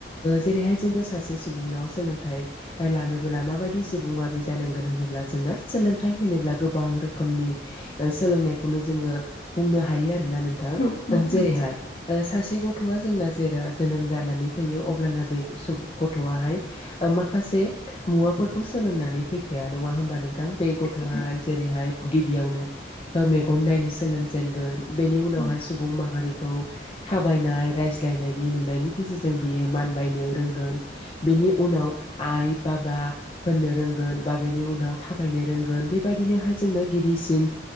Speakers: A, on the left; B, on the left.
A: जेरैहाय जोङो सासे सुबुंनाव सोलोंथाइ लानबोला माबायदि सुबुङा बे जानांगोन होनोब्ला जोंना सोलोंथाइ होनोब्ला गोबां रोखोमनि सोलोंनायखौनो जोङो बुंनो हायो आरोोना नोंथां
B: औ नंगौ थारैनो औ नंगौ नंगौ
A: जेरैहाय सासे गथ'आ जोंना जेराव जोनोम जानानै फैयो अब्लाना बे गथ'आहाय ओ माखासे मुवाफोरखौ सोलोंनानै फै ग- नङा होनबा नोंथां बे गथ'आहाय
B: थारैनो
A: जेरैहाय गिबियावनो ओ मेगन नायनो सो सोलोंजेनगोन बेनि उनावहाय
B: औ
A: सुबुं माहारिखौ थाबायनाय रायज्लायनायनि नुनायनि गेजेरजों बियो मानबायनो रोंगोन। बेनि उनाव आइ बाबा होननो रोंगोन बा बेनि उनाव थाबायनो रोंगोन बेबायदिनोहाय जोंनो गिबिसिन